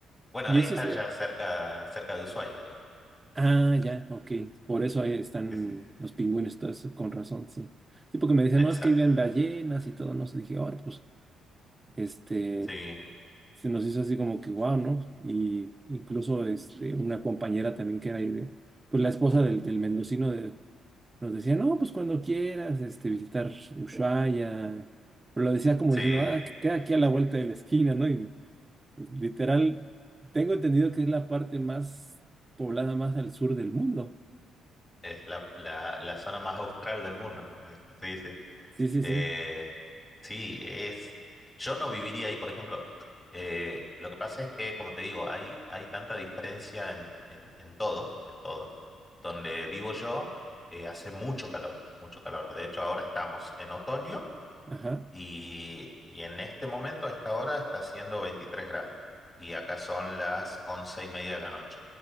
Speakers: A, on the left (about 20°); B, on the right (about 20°).
A: Bueno,
B: Y
A: ahí
B: esos,
A: está
B: eh,
A: ya cerca, cerca de Ushuaia, digamos.
B: ah, ya, ok, por eso ahí están
A: Sí, sí.
B: los pingüinos, entonces con razón, sí. Sí, porque me decían,
A: Exacto.
B: no, es que viven ballenas y todo, no sé, dije, ahora, pues, este...
A: Sí,
B: se nos hizo así como que wow, ¿no? Y incluso este, una compañera también que era ahí de, pues la esposa del, del mendocino de, nos decía, no, pues cuando quieras este, visitar Ushuaia, pero lo decía como
A: sí.
B: diciendo, ah, que queda aquí a la vuelta de la esquina, ¿no? Y pues, literal, tengo entendido que es la parte más poblada más al sur del mundo.
A: Es la, la, la zona más austral del mundo, como le dicen. Sí, sí.
B: Sí, sí,
A: Eh,
B: sí,
A: sí, es. Yo no viviría ahí, por ejemplo. Eh, lo que pasa es que, como te digo, hay, hay tanta diferencia en, en, en todo, en todo. Donde vivo yo, eh, hace mucho calor, mucho calor. De hecho, ahora estamos en otoño
B: ajá,
A: y, y en este momento, a esta hora, está haciendo 23 grados. Y acá son las once y media de la noche.